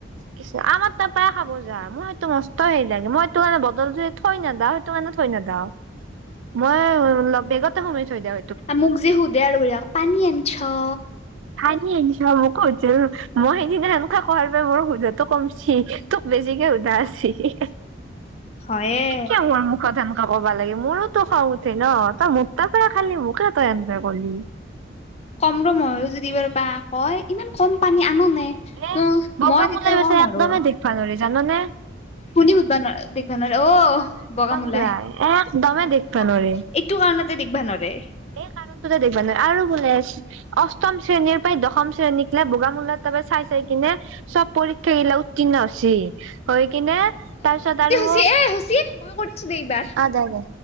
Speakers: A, on the right; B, on the left.
A: কৃষ্ণ। আমাৰ তাৰপৰাই খাব যা মই সেইটো মষ্ট সেই লাগে মই সেইটো কাৰণে বদলটো থৈ নেদাও, সেইটো কাৰাণে থৈ নেদাও। মই <unintelligible> লগত বেগত। তাতে সোমেই থৈ দেওঁ।
B: মোক যি আৰু বঢ়িয়াকে পানী আনছ।
A: পানি আনছ, মোকও সুধছিল। মই সেইদিনা এনেকুৱা কোৱাৰ বাবে মোৰ সোধাটো কমছি তোক বেজিকে সোধা হৈছি।
B: হয়ে।
A: কিয়া মোৰ মুখত সেনেকুৱা কবা লাগে, মোৰোতো খং উঠ উঠে ন' তই মোৰ তাৰ পৰায়ে খালি। মোকয়ে তই এনকে কলি।
B: কম ৰ' মইয়ো যদি এইবাৰপা কয় ইমান কম পানী আন নে।
A: এ
B: অহ,
A: বগা
B: মই তেতিয়া
A: মূলাই বেচেৰা
B: কম আৰু।
A: একদমেই দেখবা নৰি জাননে
B: শুনি সুধবা নৰা দেখভা নৰে অহ,
A: দেখবা নৰে বগা
B: বগামোলাই।
A: মূলাই
B: এইটো
A: একদমেই দেখবা নৰে
B: কাৰণতে দেখভা নৰে।
A: এই কাৰণটোতে দেখিবা নহয় আৰু বোলে আছ অষ্টম শ্ৰেণীৰ পৰাই দশম শ্ৰেণীকলে বোগামোলাৰ তাতপে চাই-চাই চাই কিনে চব পৰীক্ষা গিলা উত্তীৰ্ণ হৈছি, হৈ কিনে তাৰপিছত আৰু
B: হৈছি এ হৈছি এ মই কৰি আছো দেই এইবাৰ।
A: অহ, দে-দে।